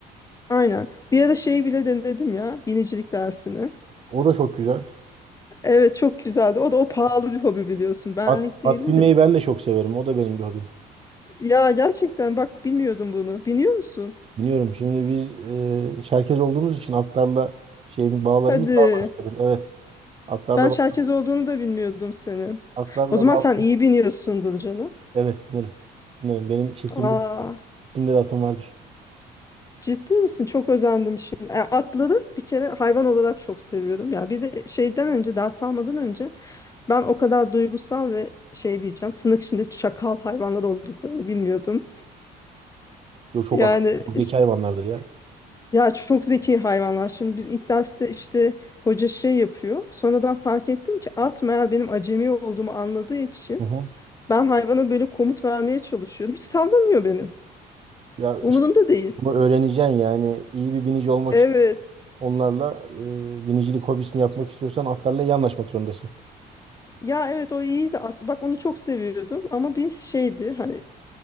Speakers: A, on the left; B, on the right.
A: Aynen. Bir ara şeyi bile denedim ya. Binicilik dersini.
B: O da çok güzel.
A: Evet çok güzeldi. O da o pahalı bir hobi biliyorsun. Benlik
B: At, at
A: değildi
B: binmeyi
A: de.
B: ben de çok severim. O da benim bir hobim.
A: Ya gerçekten bak bilmiyordum bunu. Biniyor musun?
B: Biniyorum. Şimdi biz e, Çerkez olduğumuz için atlarla şeyin bağlarımız
A: Hadi.
B: daha başkadır. Evet. Atlarla
A: Ben
B: ba-
A: şerkez olduğunu da bilmiyordum senin.
B: atlarla
A: O zaman
B: bağ.
A: sen iyi biniyorsundur canım.
B: Evet binerim. Binerim. Benim çiftliğimde
A: Aa.
B: çiftliğimde de atım vardır.
A: Ciddi misin? Çok özendim şimdi. Yani atları bir kere hayvan olarak çok seviyordum. Ya bir de şeyden önce, ders almadan önce ben o kadar duygusal ve şey diyeceğim, tırnak içinde çakal hayvanlar olduklarını bilmiyordum.
B: Yo, çok
A: Yani
B: akıllı, çok
A: iş-
B: zeki hayvanlardır ya.
A: ya çok zeki hayvanlar. Şimdi biz ilk derste işte hoca şey yapıyor. Sonradan fark ettim ki at meğer benim acemi olduğumu anladığı için
B: Hı hı.
A: ben hayvana böyle komut vermeye çalışıyordum. Hiç sallamıyor beni.
B: Ya
A: Umurunda
B: işte
A: değil.
B: bunu öğreneceksin yani. İyi bir binici olmak
A: Evet.
B: istiyorsan onlarla e, binicilik hobisini yapmak istiyorsan atlarla iyi anlaşmak zorundasın.
A: Ya evet o iyiydi aslında. Bak onu çok seviyordum ama bir şeydi hani